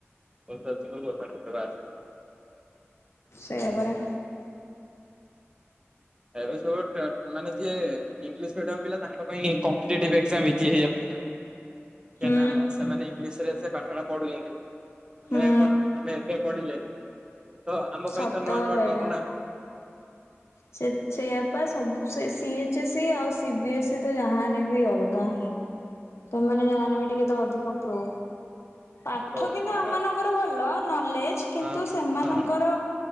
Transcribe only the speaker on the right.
<unintelligible>
ଏବେ ସବୁ ମାନେ ଯିଏ ଇଂଙ୍ଗିଲିସ ମିଡିୟମ୍ ପିଲା ତାଙ୍କ ପାଇଁ କମ୍ପିଟେଟିଭ୍ ଏକ୍ସାମ ଇଜି ହେଇଯାଉଛି ନା।
କାହିଁ ନା ସେମାନେ ଇଂଙ୍ଗିଲିସ ରେ ସେ ପାଠ ଟା ପଢୁଛନ୍ତି
ଆମେ କଣ ଆମେ ଏବେ ପଢିଲେ ତ ଆମ
ପାଇଁ ତ ନୂଆ
ନୂଆ ଟର୍ମ
ନା।
ହଁ
ବାସ୍
ହଁ
ହଁ